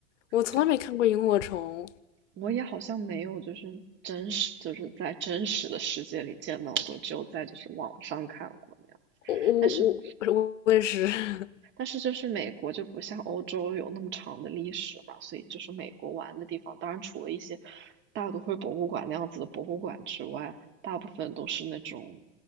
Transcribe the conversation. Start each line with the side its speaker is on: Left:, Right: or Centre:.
Left: 我从来没看过萤火虫，
Right: 对，我也好像没有就是真实就是在真实的世界里见到过，只有在就是网上看过那样。
Left: 我我我我
Right: 但是
Left: <laughs> 我也是 <laughs>
Right: 但是就是美国就不像欧洲有那么长的历史嘛，所以就是美国玩的地方，当然除了一些大都会博物馆那样子的博物馆之外，大部分都是那种